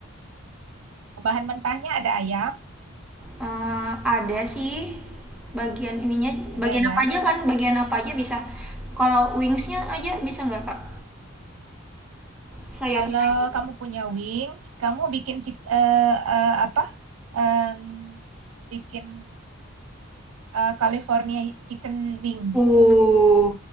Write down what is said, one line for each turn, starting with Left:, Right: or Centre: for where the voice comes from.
Right: Bahan mentahnya ada ayam,
Centre: Eh, ada sih bagian ininya,
Right: ada
Centre: bagian
Right: ya.
Centre: apa aja kan? Bagian apa aja bisa. Kalau wingsnya aja bisa nggak, Kak? Sayapnya
Right: Kalau
Centre: aja.
Right: kamu punya wings, kamu bikin chick- eh, eh, apa? Em, bikin eh, California chicken wing.
Centre: Uh,